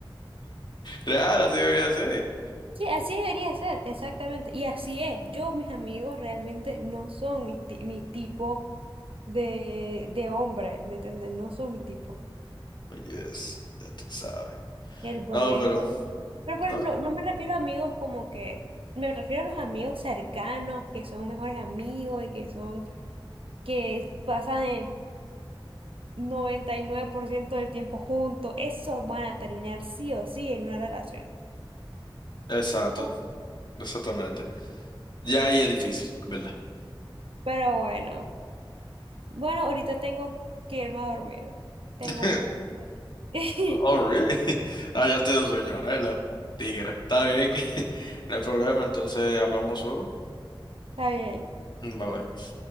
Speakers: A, on the left; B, on the right.
A: Real, así debería ser.
B: Sí, así debería ser, exactamente. Y así es. Yo, mis amigos realmente no son mi, ti- mi tipo de, de hombre, ¿me entiendes? No son mi tipo.
A: Oye, es- ya te sabes.
B: El problema.
A: No, pero,
B: Pero, por
A: no,
B: ejemplo, no me refiero a amigos como que, me refiero a los amigos cercanos, que son mejores amigos y que son, que pasan el 99% del tiempo juntos. Esos van a terminar sí o sí en una relación.
A: exacto,
B: Oh.
A: exactamente. Ya ahí es difícil, ¿verdad?
B: Pero bueno. Bueno, ahorita tengo que irme a dormir. Tengo
A: <laughs>
B: mucho. <laughs>
A: Oh, really? <laughs> Ah, ya te dio sueño, ahora es la tigra. Está bien, <laughs> no hay problema, entonces hablamos luego.
B: Está bien.
A: Mm, Bye bye.